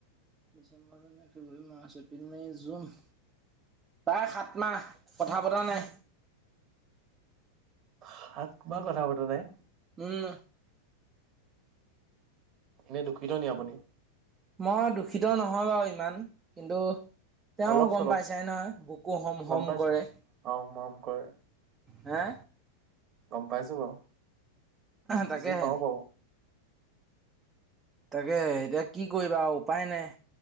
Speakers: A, on the right; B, on the right.
A: ডিচেম্বৰ নাই ফেব্ৰুৱাৰী মাৰ্চ এপ্ৰিল নাই জুন প্ৰায় সাত মাহ কথা পতা নাই।
B: সাত মাহ কথা পতা নাই।
A: উম।
B: এনেই দুখিত নি আপুনি?
A: মই দূখিত নহয় বাৰু ইমান কিন্তু তেওঁ
B: অলপ
A: গম
B: চলপ
A: পাইছাই নহয়, বুকো হম
B: গম
A: হম
B: পাইছো
A: কৰে।
B: অ মৰম কৰে
A: হে?
B: গম পাইছো বাৰু,
A: তাকেহে
B: বুজি পাওঁ বাৰু।
A: তাকে এতিয়া কি কৰিবা আৰু উপায় নাই।